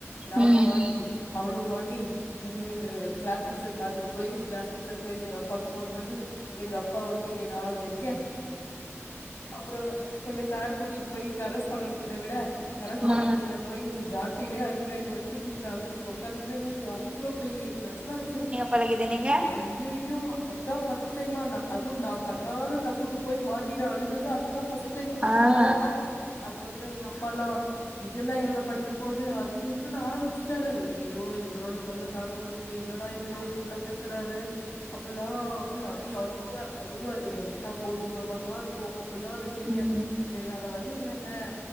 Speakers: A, on the left (about 55°); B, on the right (about 20°).
A: நானு
B: ம்
A: மாட்டி அவளு மாட் டி அது எங்க கிளாஸ் டீச்சர் காதுக்கு போய் கிளாஸ் டீச்சர் போய் எங்க அப்பாவுக்கு ஃபோன் பண்ணி எங்க அப்பா வந்து என்னய நாலு வெக்க அப்பறோ எங்க சார் கூட்டிட்டு போய் கரஸ்பாண்டன் கிட்ட விட கரஸ்பாண்டன்
B: ஆ
A: கிட்ட போயி ஜாத்தியிலே அடிவாங்கிட்டு வந்து வீட்ல அழுதுட்டு உக் இல இருந்து அவ்ளோ பெரிய பிரச்சன ஆச்சு
B: பழகிடு நீங்க
A: அய்யயோ அதா ஃபஸ்ட் டைம்மா நா அது நா பண்ணாத தப்புக்கு போய் மாட்டினு அழுதது அதுதா ஃபர்ஸ்ட் டைம் அதுக்கப்பறோ
B: ஆ ஆ
A: அதுக்கப்பறோ எங்க அப்பால்லா இதெல்லா எங்க படிக்க போது அது இதுனு ஆரம்பிச்சுட்டாரு அய்யய்யோ இவரோட தொல்ல தாங்க முல்லயே என்னடா இவரு இப்பில்லா பேசுறாரு அப்பல்லா அப்டி அடி அழுவே அழுவே என்ன வுட்டா போதுன்ற மாறிலாருக்கு அப்பில்லா அழுதுருக்கே
B: ம்
A: சேரி வேற வழி இல்லல்ல